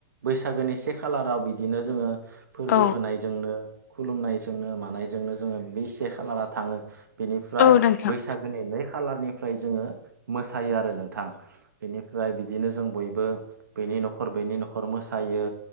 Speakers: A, on the right; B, on the left.
A: बैसागोनि से खालाराव बिदिनो जोङो फोरबो
B: औ
A: होनायजोंनो खुलुमनायजोंनो मानायजोंनो जोङो बै से खालारा थाङो बेनिफ्राय
B: औ नोंथां
A: बैसागोनि नै खालारनिफ्राय जोङो मोसायो आ रो नोंथां बेनिफ्राय बिदिनो जों बयबो बैनि नखर बैनि नखर मोसायो।